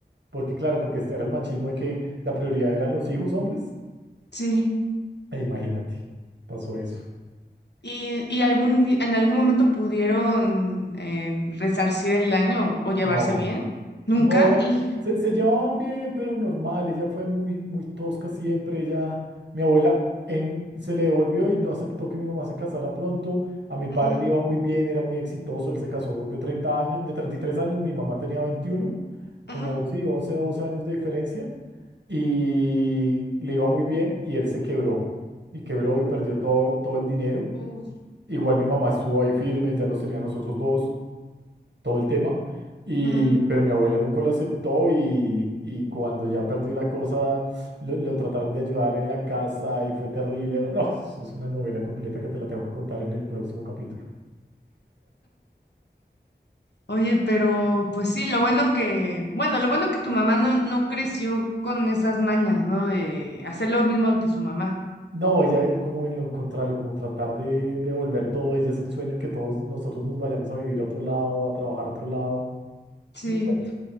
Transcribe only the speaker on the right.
Porque claro, porque este era el machismo de que la prioridad eran los hijos hombres.
E imagínate, pasó eso.
No.
No,
se, se llevaban bien, pero normal. Ella fue muy, muy tosca siempre. Ella, mi abuela, en, se le devolvió y no aceptó que mi mamá se casara pronto. A mi padre
le iba muy bien, era muy exitoso. Él se casó de 30 años, de 33 años. Mi mamá tenía 21, como
sí, 11, 12 años de diferencia. Y le iba muy bien y él se quebró. Y quebró y perdió todo, todo el dinero.
Igual mi mamá estuvo ahí firme, ya nos tenía a nosotros dos todo el tema. Y,
pero mi abuela nunca lo aceptó y, y cuando ya perdió la cosa, lo, lo trataron de ayudar en la casa y fue terrible. No, eso es una novela completa que te la tengo que contar en el próximo capítulo.
No, ella eh, como en lo contrario, como tratar de devolver todo, ella es el sueño que todos nosotros nos vayamos a vivir a otro lado, a trabajar a otro lado.
Es un cuento.